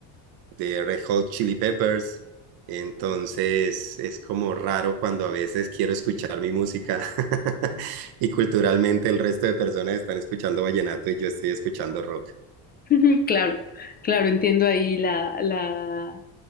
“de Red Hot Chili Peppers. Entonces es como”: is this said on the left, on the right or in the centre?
Right